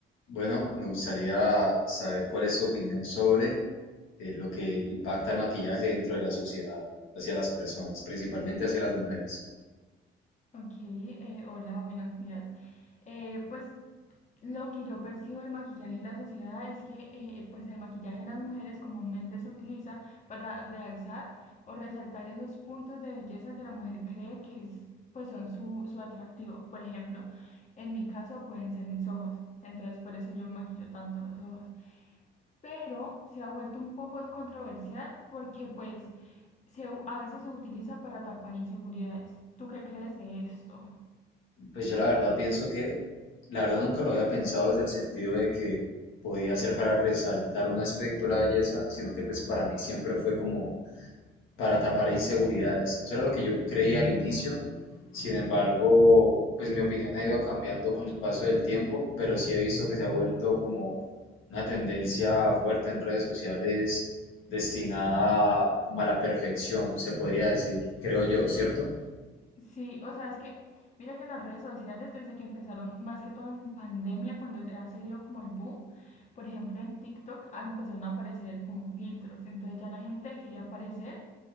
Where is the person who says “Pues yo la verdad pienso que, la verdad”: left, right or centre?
Left